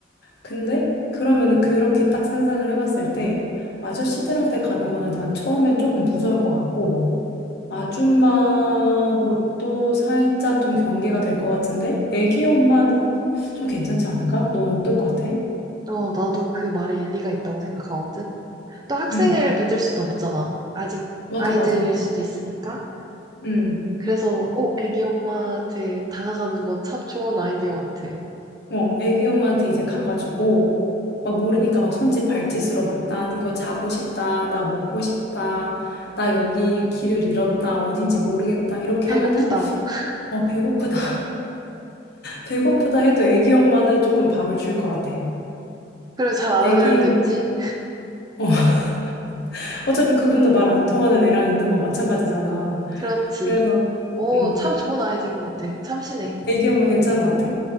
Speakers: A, on the left (about 55°); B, on the right (about 20°).
A: 근데 그러면은 그렇게 딱 상상을 해봤을 때 아저씨들한테 가는 거는 난 처음엔 조금 무서울 것 같고 아줌마도 살짝 좀 경계가 될 것 같은데 애기 엄마는 좀 괜찮지 않을까? 넌 어떨 것 같아?
B: 어, 나도 그 말에 일리가 있다고 생각하거든. 또 학생을
A: 응,
B: 믿을 수도 없잖아. 아직
A: 맞아,
B: 아이들일
A: 맞아.
B: 수도 있으니까.
A: 응,
B: 그래서, 어, 애기 엄마한테 다가가는 건 참 좋은 아이디어 같아.
A: 어, 애기 엄마한테 이제 가가지고 막 모르니까 막 손짓 발짓으로 막 나 이거 자고 싶다, 나 먹고 싶다, 나 여기 길을 잃었다, 어딘지 모르겠다 이렇게
B: 배고프다.
A: 하면은
B: <laughs>
A: 어, 배고프다. 배고프다 해도 애기 엄마는 조금 밥을 줄 것 같아.
B: 그리고 잘 알아들었겠지?
A: 애기 엄마. 어, <laughs> 어차피 그분도 말 안 통하는 애랑 있는 건 마찬가지잖아.
B: 그렇지.
A: 그래서,
B: 어,
A: 음,
B: 참 좋은 아이디어인 것 같아. 참신해.
A: 애기 엄마 괜찮은 것 같아?